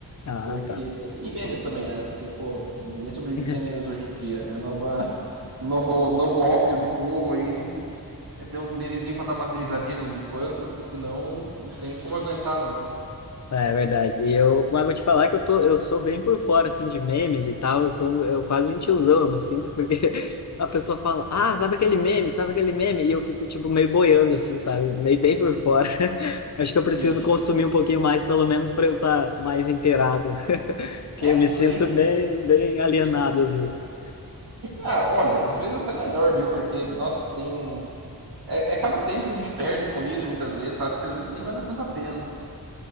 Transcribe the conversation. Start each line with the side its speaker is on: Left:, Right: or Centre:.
Left: Ah,
Right: Porque.
Left: tá.
Right: E memes também, né? Porque, pô, ninguém sobrevive
Left: <laughs>
Right: sem memes hoje em dia. É a nova. Novo, novo ópio do povo aí. É ter uns memezinhos pra dar umas risadinhas de vez em quando, porque senão não tem como aguentar, não.
Left: É verdade. E eu, mas vou te falar que eu tô, eu sou bem por fora assim de memes e tal. Eu sou, eu quase um tiozão, eu me sinto porque <laughs> a pessoa fala, ah, sabe aquele meme, sabe aquele meme, e eu fico tipo meio boiando assim, sabe, meio bem por fora. <laughs> Acho que eu
Right: Sim.
Left: preciso consumir um pouquinho mais, pelo menos para eu estar mais inteirado, <laughs> que
Right: É,
Left: eu
Right: porque
Left: me sinto
Right: senão a gente
Left: bem, bem alienado
Right: tem que.
Left: às vezes.
Right: Ah, olha, às vezes até melhor, viu? Porque, nossa, tem. É, é cada tempo que a gente perde com isso, muitas vezes, sabe? Que às vezes nem vale tanto a pena.